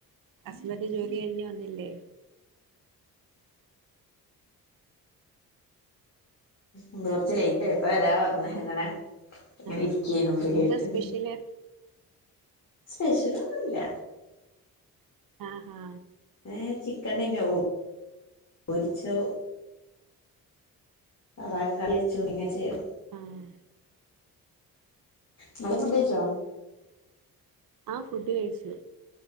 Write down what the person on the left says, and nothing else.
ഇന്ന് കൊർച്ച് ലൈറ്റായി ഇപ്പവെരാ പർണ്ക്ണ് ഇങ്ങനെ
ഇരിക്കേന്നു ഫ്രീയായിട്ട്
ഇഹ്
സ്പെഷ്യലൊന്നും ഇല്ല
ഏഹ് ചിക്കൻ ഇണ്ടൈനു വൊ പൊരിച്ചു അതങ്ങ് കറിവെച്ചു തേങ്ങ അരച്ച് ഉം
ഇങ്ങള് ഫുഡ്കഴിച്ചോ